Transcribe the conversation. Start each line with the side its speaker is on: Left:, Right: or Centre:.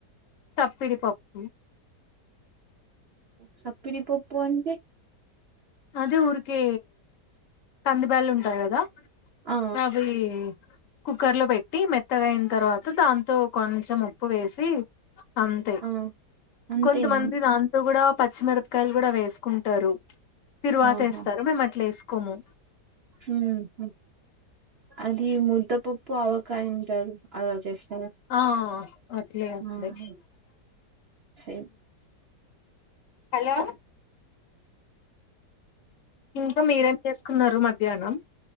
Left: చప్పిడిపప్పు
Right: సప్పడి పప్పు అంటంట
Left: అదే ఊరికే కందిబేళ ఉంటాయి కదా
Right: ఆ
Left: అవి కుక్కర్ లో పెట్టి మెత్తగాయిన తర్వాత దాంతో కొంచెం ఉప్పు వేసి అంతే
Right: ఆ అంతేనా
Left: కొంతమంది దాంతో కూడా పచ్చిమిరపకాయలు కూడా వేసుకుంటారు తరువాత
Right: ఆహా
Left: వేస్తారు మేము అట్లా వేసుకోము
Right: మ్మ్ హ్మ్ అది ముద్ద పప్పు అవకాయందారు అలాగష్
Left: ఆ అట్లే అలే
Right: ఆహా సేమ్
Left: హలో ఇంకా మీరేం చేసుకున్నారు మధ్యాహ్నం